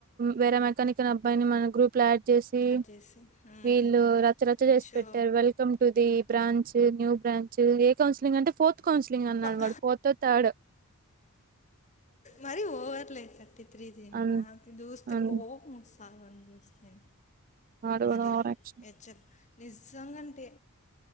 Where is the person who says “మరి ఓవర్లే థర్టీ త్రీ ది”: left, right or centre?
Left